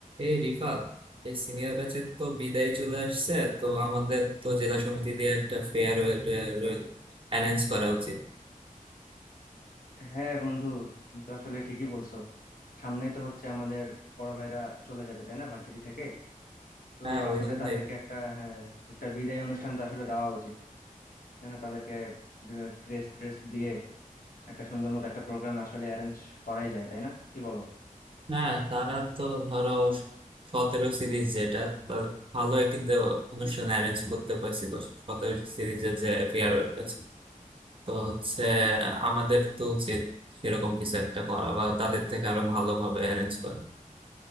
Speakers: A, on the right (about 40°); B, on the left (about 85°).
A: এই রিফাত এই সিনিয়র ব্যাচের তো বিদায় চলে আসছে তো আমাদের তো জেলা সমিতি দিয়ে একটা ফেয়ারওয়েল টেয়ারওয়েল অ্যারেঞ্জ করা উচিত
B: হ্যাঁ বন্ধু তুমি তো আসলে ঠিকই বলছো সামনেই তো হচ্ছে আমাদের বড় ভাইরা চলে যাবে তাই না ভার্সিটি থেকে তো
A: হ্যাঁ
B: আসলে
A: ওই জন্যই
B: তাদেরকে একটা হ্যাঁ একটা বিদায় অনুষ্ঠান তো আসলে দেওয়া উচিত তাই না তাদেরকে ক্রেস্ট ট্রেস্ট দিয়ে একটা সুন্দর মতো একটা প্রোগ্রাম আসলে অ্যারেঞ্জ করাই যায় তাই না কি বলো
A: হ্যাঁ তারা তো ধরো সতেরো সিরিজ যেটা তার ভালোই কিন্তু অনুষ্ঠান অ্যারেঞ্জ করতে পারছিল সতেরো সিরিজের যে ফেয়ারওয়েলটা ছিল তো হচ্ছে আমাদের তো উচিত সেরকম কিছু একটা করা বা তাদের থেকে আরো ভালোভাবে অ্যারেঞ্জ করা